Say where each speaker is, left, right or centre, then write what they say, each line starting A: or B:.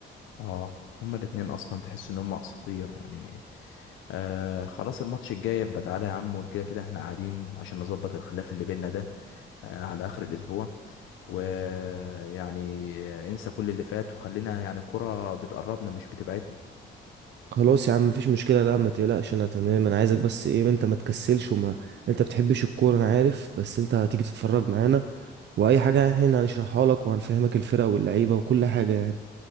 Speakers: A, on the left; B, on the right.
A: اه هما الاتنين اصلا تحس ان هما اساطير يعني آه خلاص الماتش الجاي يبقى تعالى يا عم وكده كده احنا قاعدين عشان نظبط الخلاف اللي بينا ده آه على اخر الاسبوع ويعني انسى كل اللي فات وخلينا يعني الكرة بتقربنا مش بتبعدنا
B: خلاص يا عم مفيش مشكلة لا ما تقلقش انا تمام انا عايزك بس ايه انت ما تكسلش وما انت بتحبش الكورة انا عارف بس انت هتيجي تتفرج معانا واي حاجة احنا هنشرحها لك وهنفهمك الفرق واللعيبة وكل حاجة يعني